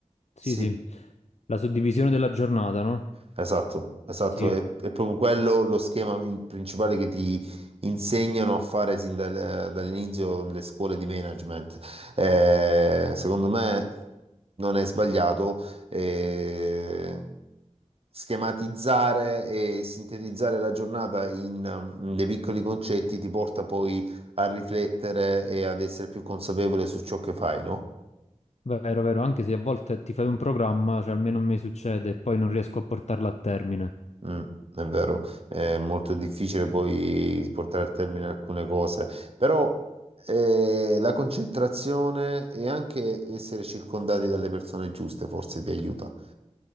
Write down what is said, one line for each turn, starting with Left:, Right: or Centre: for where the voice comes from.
Left: Sì,
Right: sì,
Left: sì, la suddivisione della giornata, no?
Right: Esatto, esatto,
Left: Sì,
Right: è, è proprio quello lo schema in- principale che ti insegnano a fare sin dal- eh, dall'inizio nelle scuole di management. Eh, secondo me non è sbagliato eh, schematizzare e sintetizzare la giornata in, mm, dei piccoli concetti ti porta poi a riflettere e ad essere più consapevole su ciò che fai, no?
Left: vero, vero, anche se a volte ti fai un programma, cioè almeno a me succede, e poi non riesco a portarlo a termine.
Right: Mm, è vero, è molto difficile poi portare a termine alcune cose, però eh, la concentrazione e anche essere circondati dalle persone giuste forse ti aiuta.